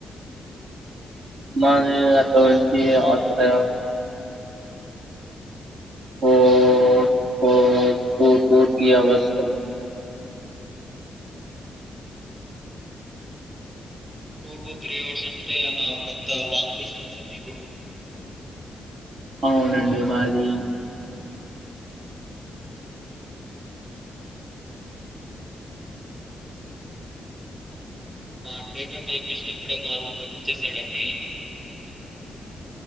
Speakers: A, on the right; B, on the right.
A: మాది అక్కడ
B: పోవడానికి
A: నుంచి
B: అలా రావడానికి
A: హాస్పిటల్ ఓ ప టఊటీ అవస్థ
B: టూ టు త్రీ అవర్స్ అంటే పెద్ద లాంగ్ డిస్టెన్సా మీకు
A: అవును అండి మాది
B: మా డేటా టైప్ ఇస్ట్ ఇప్పుడే మా రూమ్కి వాచ్ వచ్చేసాడంండి